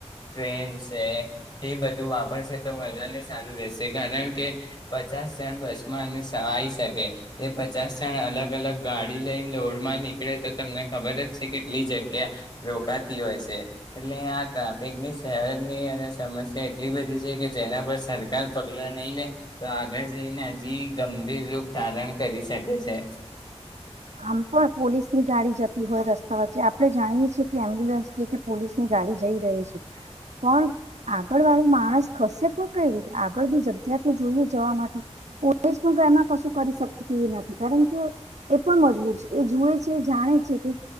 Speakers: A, on the left; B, on the right.
A: ટ્રેન છે, એ બધું વાપરશે તો બાને સારું રહેસે કારણ કે પચાસ જણ બસમાં અને આવી શકે, એ પચાસ જણ અલગ અલગ ગાડી લઈને લોોડમાં નીકળે તો તમને ખબર જ છે કેટલી જગ્યા, રોકાતી હોય છે, એટલે આ ટ્રાફિકની શહેરની અને સમસ્યા એટલી બધી છે કે જેના પર સરકાર પગલા નહી લે. તો આગળ જઈને હજી ગંભીર રૂપ ધારણ કરી શકે છે.
B: આમ પણ પોલીસની ગાડી જતી હોય રસ્તા આપણે જાણીએ છીએ કે એમ્બ્યુલન્સ જે કે પોલીસ ની ગાડી જઈ રહી છે, પણ આગળ વાળો માણસ ખસે પણ કઈ રીતે આગળ બની જગ્યા તો જોઈએ જવા માટે, પોલીસ પણ એમાં કશું કરી શકતી એ નથી, કારણ કે એ પણ મજબર એ જુએ છે, જાણે છે. કે